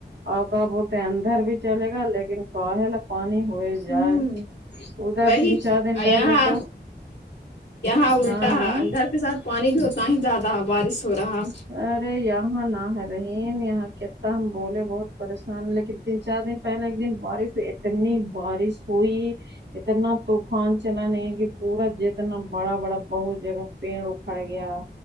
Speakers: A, on the right; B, on the left.
A: اوقا بولتے اندر بھی چلے گا لیکن کاہل پانی ہو جائے
B: ہوں
A: ادر
B: وہی
A: تین چار دن پہلے
B: یہاں
A: تو
B: یہاں الٹا
A: ہاں
B: ہے اندر کے ساتھ پانی بھی اتنا ہی زیادہ بارش ہو رہا
A: ارے یہاں نہ ہے رہین یہاں کتنا ہم بولے بہت پریشان لیکن تین چار دن پہلے ایک دن بارش اتنی بارش ہوئی اتنا طوفان چلا نہیں کہ پورا جیتنا بڑا بڑا بہت جگہ پینڑ اکھڑ گیا